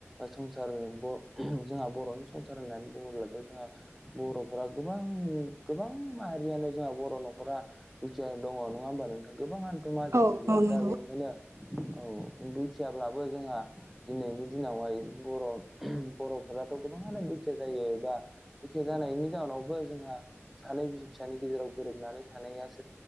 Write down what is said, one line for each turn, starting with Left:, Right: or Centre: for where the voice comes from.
Centre: संसार जोंहा बर'नि संसार होननानै बुङोब्लाथ' जोंहा बर'फोरा गोबां गोबां माहारियानो जोंहा बर' न'खरा दुखियानो दंङो नङा होमबा नोंथां गोबांङानो माहाजोन
Right: औ
Centre: नंजोबा।
Right: औ नंगौ
Centre: बेखायनो औ दुखियाब्लाबो जोंहा दिनैनि दिनावहाय बर' बर'फोराथ' गोबांङानो दुखिया जायो एबा बेखे जानायनि जाउनावबो जोंहा सानै बिसि फिसानि गेजेराव गोरोबनानै थानाया स